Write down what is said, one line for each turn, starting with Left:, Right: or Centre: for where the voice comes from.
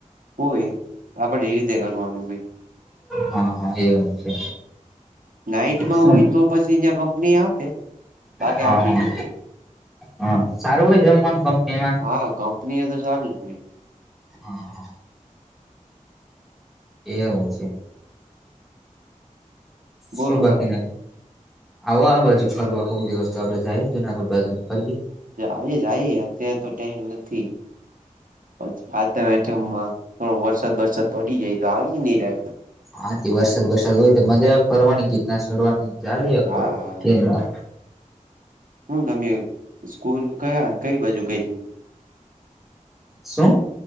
Right: હોય આપણે રીતેે કરવાનું હોય.
Centre: હા, હા એમ છે.
Right: નાઈટમાં
Centre: શું
Right: હોય તો પછી કંપની આપે બાકી
Centre: હા
Right: આપડી
Centre: હા
Right: રીતે.
Centre: હા સારું હોય જમવાનું કંપનીમાં?
Right: હા કંપની એ તો સારું જ હોય.
Centre: હા. એ હું છે.
Right: બોલો
Centre: શું બાકીના.
Right: બાકી.
Centre: આવો આ બાજુ ફરવા કોક દિવસ તો આપડે જાઈએ જુનાગઢ બાજુને ફરીએ.
Right: હજી જન જાય અત્યારે તો ટાઈમ નથી. પછી સાતમ- આઠમમાં થોડો વરસાદ બરસાદ પડી જાય તો આવી સારું ને નિરાંત
Centre: હાથી વરસાદ વરસાદ હોય તો મજા ફરવાની ગીરના ચડવાની જાય
Right: હા.
Centre: ગીરનાર.
Right: હું તમે સ્કૂલ કયા કઈ બાજુ કઈ હતી.
Centre: શું.